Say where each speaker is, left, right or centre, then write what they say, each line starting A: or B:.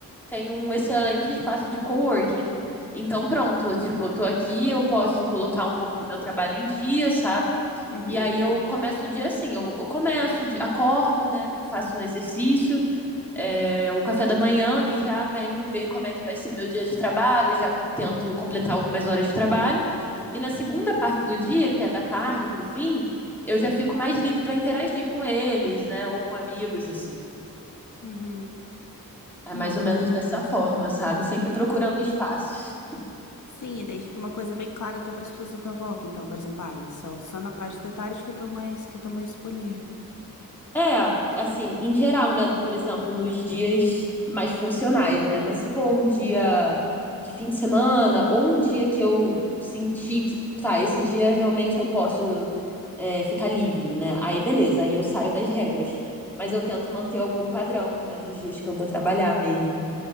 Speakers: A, in the centre; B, on the left.
A: tem um excelente espaço de coworking. Então, pronto, tipo, eu tô aqui, eu posso colocar um pouco do meu trabalho em dia, sabe?
B: uhum,
A: E aí eu começo o dia assim, eu, eu começo, de- acordo, né? Faço um exercício, é, o café da manhã e já venho ver como é que vai ser o meu dia de trabalho, já tento completar algumas horas de trabalho. E na segunda parte do dia, que é da tarde para o fim, eu já fico mais livre para interagir com eles, né? Ou com amigos, assim.
B: uhum.
A: É mais
B: É uma
A: ou menos
B: boa.
A: dessa forma, sabe? Sempre procurando espaços.
B: Sim, e daí fica uma coisa bem clara até para as pessoas da tua volta. Então, por exemplo, ah, e só, só na parte da tarde que eu tô mais, que eu tô mais disponível.
A: É, assim, em geral, né? Por exemplo, nos dias mais funcionais, né? Mas se for um dia de fim de semana ou um dia que eu senti que, tá, esse dia realmente eu posso é, ficar livre, né? Aí beleza, aí eu saio das regras. Mas eu tento manter algum padrão, né? Nos dias que eu vou trabalhar mesmo.